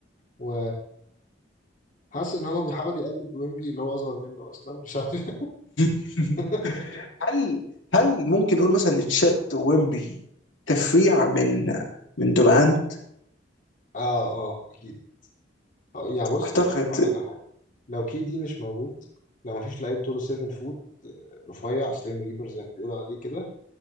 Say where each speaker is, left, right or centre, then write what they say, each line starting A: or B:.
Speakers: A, on the left (about 45°); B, on the left (about 80°).
A: و حاسس ان هو بيحاول يقلد ويمبي اللي هو اصغر منه اصلا مش عارف
B: <laughs>
A: <laughs>
B: هل هل ممكن نقول مثلا ان تشات ويمبي تفريع من من دورانت
A: اه اه اكيد آه، يعني بص
B: اعتقد
A: لا، اقول لك على حاجه لو كي دي مش موجود لو مفيش لعيب طوله 7 فوت آه، رفيع سليم ريبر زي ما بيقولوا عليه كده